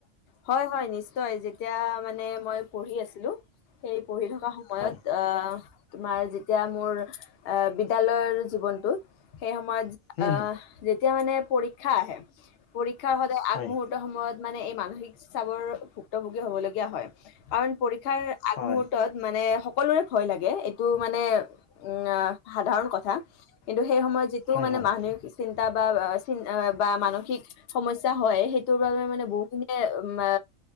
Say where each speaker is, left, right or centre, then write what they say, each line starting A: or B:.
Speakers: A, on the left (about 65°); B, on the left (about 80°).
A: হয় হয় নিশ্চয়, যে তিয়া মানে মই পঢ়ি আছিলোঁ, সেই পঢ়ি থকা সময়ত
B: হয়
A: আঁহ তোমাৰ যেতিয়া মোৰ আঁ বিদ্যালয়ৰ জীৱনটোত সেই সময়ত
B: হুম
A: আ
B: হুম
A: যেতিয়া মানে পৰীক্ষা আহে, পৰীক্ষাৰ সদায়
B: হয়
A: আগমূহুৰ্ত সময়ত মানে এই মানসিক চাৱৰ ভুক্তভোগী হ'বলগীয়া হয়। কাৰণ পৰীক্ষাৰ আগমূহুৰ্তত
B: হয়
A: মানে সকলোৰে ভয় লাগে, এইটো মানে উম অঁ সাধাৰণ কথা। কিন্তু সেই সময়ত যিটো
B: হয়
A: মানে
B: হয়
A: মানসিক চিন্তা বা চি নবা মানসিক সমস্যা হয়, সেইটোৰ বাবে মানে নে উম এ